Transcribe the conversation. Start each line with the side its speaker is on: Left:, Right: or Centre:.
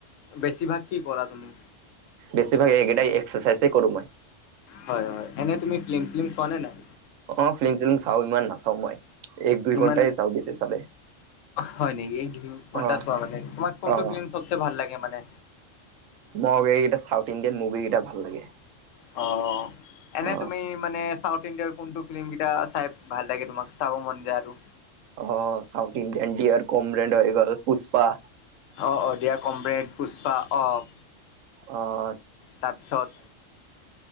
Left: বেছিভাগ কি কৰা তুমি?
Right: বেছিভাগ এইগেইটা এক্সাৰচাইজেই কৰো মই।
Left: হয় হয়, এনেই তুমি ফ্লিম শ্লিম চোৱা নে নাই?
Right: অঁ ফিল্ম শ্লিম চাওঁ ইমান নাচাওঁ মই, এক দুই
Left: ইমান
Right: ঘণ্টাই চাওঁ বেছি চালে।
Left: হয় নেকি? এক দুই ঘণ্টা
Right: অ
Left: চোৱা মানে, তোমাৰ কোনটো
Right: অ
Left: ফিল্ম চবচে ভাল লাগে মানে?
Right: মো আকৌ এইকেইটা চাউথ ইণ্ডিয়ান মুভি কেইটা ভাল লাগে।
Left: অঁ' এনেই
Right: অ
Left: তুমি মানে চাউথ ইণ্ডিয়াৰ কোনটো ফিল্ম কেইটা চাই ভাল লাগে তোমাক চাব মন যায় আৰু?
Right: অঁ' চাউথ ইণ্ডিয়ান ডিয়েৰ কমৰেন্দ হৈ গল পুষ্পা।
Left: অ অ' দিয়া কমৰেড পুষ্পা অ'।
Right: অঁ'
Left: তাপিছত